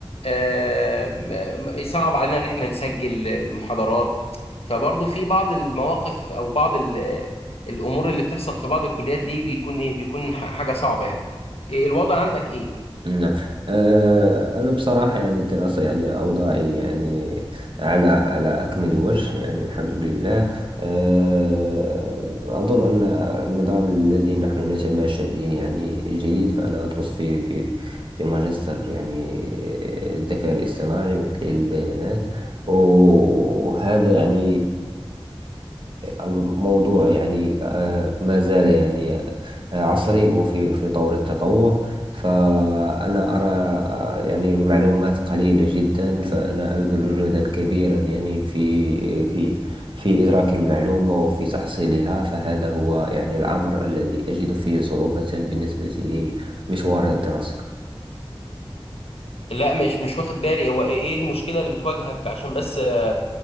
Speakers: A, on the left (about 85°); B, on the right (about 60°).
A: آم، آم، صعب علينا ان احنا نسجل المحاضرات فبرضو في بعض المواقف او بعض ال- الامور اللي بتحصل في بعض الكليات دي بيكون ايه بيكون ح- حاجة صعبة يعني إيه الوضع عندك ايه
B: نعم آه، أنا بصراحة يعني الدراسة يعني أوضاعي يعني على على أكمل وجه يعني الحمد لله آه، أظن أن النظام الذي نحن نتماشى به يعني جيد فأنا أدرس في في في ماجستير يعني الذكاء الاصطناعي وتحليل البيانات وهذا يعني الموضوع يعني آه، ما زال يعني عصري وفي في طور التطور فأنا أرى آه، يعني المعلومات قليلة جدا فأنا أبذل جهدا كبيرا يعني في في في إدراك المعلومة وفي تحصيلها فهذا هو يعني الأمر الذي أجد فيه صعوبة بالنسبة لمشواري الدراسي
A: لا مش مش واخد بالي هو ايه إيه المشكلة اللي بتواجهك عشان بس آه،